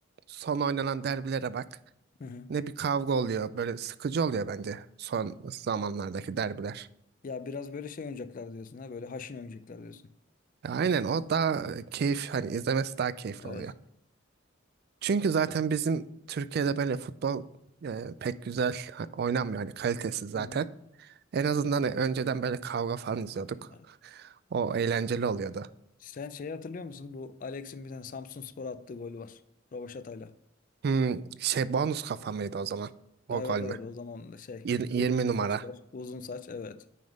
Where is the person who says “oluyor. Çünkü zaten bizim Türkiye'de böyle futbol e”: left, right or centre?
Right